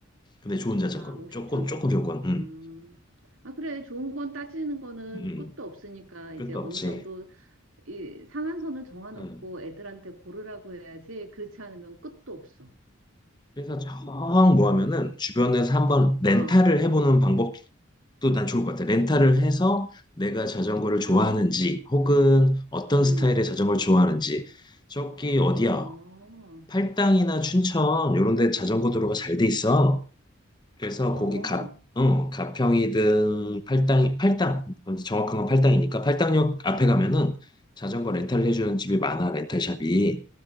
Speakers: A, on the left (about 20°); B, on the right (about 75°).
A: 근데 좋은 자전거
B: 아, 50
A: 조금
B: 전후.
A: 조금 조금 음,
B: 음. 아, 그래. 좋은 건 따지는 거는
A: 음, 음.
B: 끝도 없으니까 이제
A: 끝도
B: 어느
A: 없지
B: 정도 이 상한선을 정해놓고
A: 음.
B: 애들한테 고르라고 해야지 그렇지 않으면 끝도 없어.
A: 그래서 정
B: 음.
A: 뭐 하면은 주변에서 한번 렌탈을
B: 어,
A: 해보는 방법도 또 난 좋을 것 같아. 렌탈을 해서 내가 자전거를 좋아하는지
B: 어,
A: 혹은 어떤
B: 음.
A: 스타일의 자전거를 좋아하는지 저기 어디야?
B: 어,
A: 팔당이나 춘천 요런 데 자전거 도로가 잘 돼 있어. 그래서
B: 어.
A: 거기 가, 어, 가평이든 팔당이 팔당 어, 정확한 건 팔당이니까 팔당역 앞에 가면은 자전거 렌탈을 해주는 집이 많아 렌탈샵이.